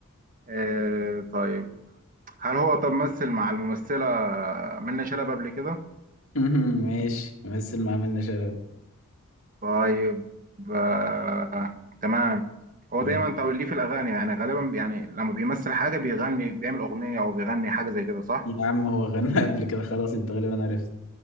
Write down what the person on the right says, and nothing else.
آه طيب هل هو طب مثل مع الممثلة منة شلبي قبل كده؟
طيب آه تمام هو
دايما طب ليه في الاغاني يعني غالبا يعني لما بيمثل حاجة بيغني بيعمل اغنية او بيغني حاجة زي كده صح؟